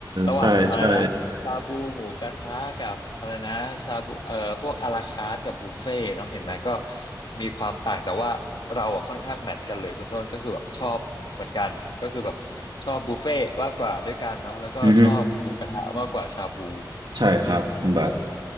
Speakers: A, on the left (about 75°); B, on the right (about 75°).
A: ระหว่างอะไรนะชาบูหมูกระทะกับอะไรนะชาบูเอ่อพวกอาราคาร์ทกับบุฟเฟ่ต์เนาะเห็นไหมก็
B: ใช่ใช่
A: มีความต่างแต่ว่าเราอะค่อนข้างแมทช์กันเลยคุณต้นก็คือแบบชอบเหมือนกันก็คือแบบชอบบุฟเฟ่ต์มากกว่าด้วยกันเนาะแล้วก็ชอบหมูกระทะมากกว่าชาบู
B: อือฮึใช่ครับคุณบาท
A: อืม